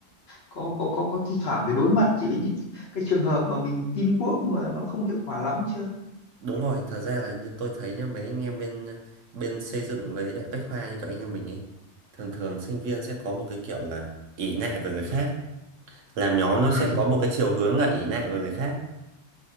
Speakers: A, on the left; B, on the right.
A: có có có có thi thoảng phải đối mặt với những cái trường hợp mà mình teamwork mà nó không hiệu quả lắm chưa
B: đúng rồi thật ra là như tôi thấy nhá mấy anh em bên bên xây dựng với lại Bách Khoa như kiểu anh em mình ấy thường thường sinh viên sẽ có một cái kiểu là ỷ lại về người khác làm nhóm
A: Ừ.
B: nó sẽ có một cái chiều hướng là ỷ lại vào người khác